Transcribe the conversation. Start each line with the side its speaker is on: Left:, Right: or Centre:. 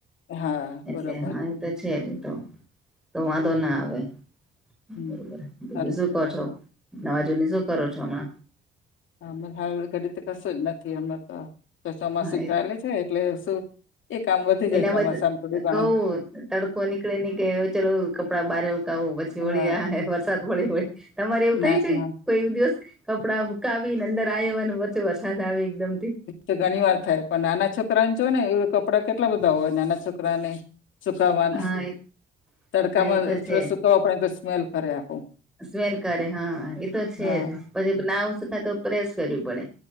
Left: હા
Centre: એટલે
Left: બરોબર
Centre: હા એ તો છે જ તો તો વાંધો
Left: હમ
Centre: ના
Left: હમ
Centre: આવે
Left: હમ
Centre: બરોબર બીજું
Left: સારું
Centre: શું
Left: કેવાય
Centre: કો છો નવા જુની શું કરો છો હમણાં
Left: હ હાલ ઘડી કશું જ નથી અમને તો ચોમાસું
Centre: હા એ તો
Left: ચાલે છે એટલે શું એ કામ વધી જાય
Centre: એનામાં
Left: ચોમાસામાં
Centre: જ
Left: થોડું ઘણું
Centre: કવું તડકો નીકળે ની કે ચલો કપડા બારે ઉકાવું પછી વળી
Left: હા
Centre: વરસાદ પડી હોય <unintelligible> તમારે એવું
Left: ના
Centre: થાય છે
Left: હા
Centre: કોઈ દિવસ કપડા સુકાવી ને અંદર આયા અને વરસાદ આવે એકદમ થી
Left: તે ઘણી વાર થાય પણ નાના છોકરાને જો ને એ કપડાં કેટલા બધા હોય નાના છોકરાને સુકવાના
Centre: હા એ
Left: તડકામાં
Centre: હા એ તો છે
Left: થોડા સુકવવા પડે તો સ્મેલ કરે આખું
Centre: સ્મેલ કરે હા એ તો છે
Left: હા
Centre: જ પછી નાવ સુખાય તો પ્રેસ કરવી પડે.